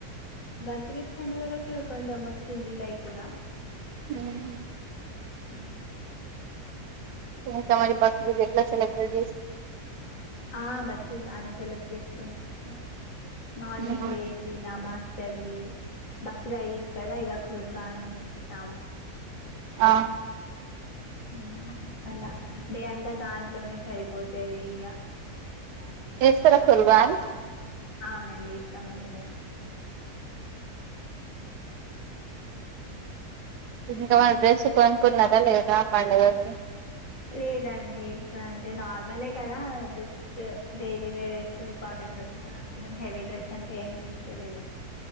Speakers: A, on the left; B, on the right.
A: బక్రీద్ పండుగ రోజు కొంచెం వచ్చింది లైట్గా.
B: ఉహ్
A: ఉహ్
B: ఇంకా మరి బక్రీద్ ఎట్లా సెలెబ్రేట్
A: ఆ బక్రీద్ బానే సెలబట్ చేసుకుంటున్నా మార్నింగ్
B: ఉహు
A: లేచి నమాజ్ చదివి బక్రా ఈద్ కదా ఇగ కుర్బానీ ఇస్తాం
B: ఆ
A: ఉహ్ అలా డే అంతా దాంట్లోనే సరిపోతది ఇగ
B: తూర కుర్వాన్
A: అవునండి సంబంధమే
B: ఇంకా డ్రెస్ కొనుకున్నారా లేదా పండుగకి
A: లేదండి కాన్ నార్మల్ కదా జెస్ తె డైలీ వేర్ వేసుకుని కాటన్ డ్రెస్సెస్ వేసుకొని హెవీ డ్రెస్ అంటే ఏం తీసుకోలేదు.